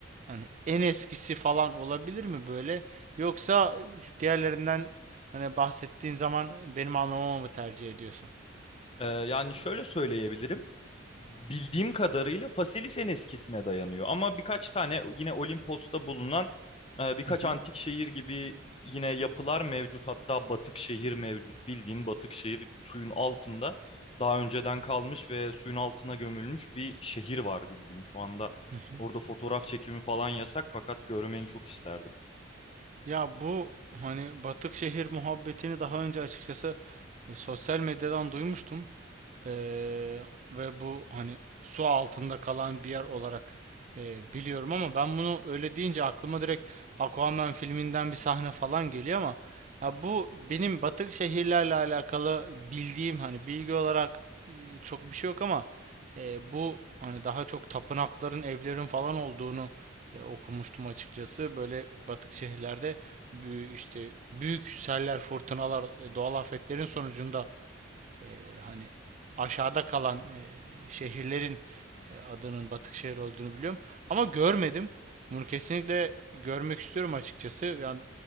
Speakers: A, on the right; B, on the left.
A: hani en eskisi falan olabilir mi böyle yoksa diğerlerinden hani bahsettiğin zaman benim anlamamı mı tercih ediyorsun?
B: e, yani şöyle söyleyebilirim. bildiğim kadarıyla Faselis'in eskisine dayanıyor. Ama birkaç tane yine Olimpos'ta bulunan e, birkaç
A: Hı hı.
B: antik şehir gibi yine yapılar mevcut. Hatta batık şehir mevcut. Bildiğin batık şehir suyun altında daha önceden kalmış ve suyun altına gömülmüş bir şehir var bildiğin. Şu anda
A: Hı hı.
B: orada fotoğraf çekimi falan yasak fakat görmeni çok isterdim.
A: Ya bu hani batık şehir muhabbetini daha önce açıkçası e, sosyal medyadan duymuştum. Eee, ve bu hani su altında kalan bir yer olarak eee, biliyorum ama ben bunu öyle deyince aklıma direkt Aquaman filminden bir sahne falan geliyor ama ya bu benim batık şehirlerle alakalı bildiğim hani bilgi olarak eee, çok bir şey yok ama eee, bu hani daha çok tapınakların, evlerin falan olduğunu eee, okumuştum açıkçası. Böyle batık şehirlerde büyü- işte büyük seller, fırtınalar, e, doğal afetlerin sonucunda e, hani aşağıda kalan e, şehirlerin e, adının Batık şehir olduğunu biliyorum. Ama görmedim. Bunu kesinlikle görmek istiyorum açıkçası. Yani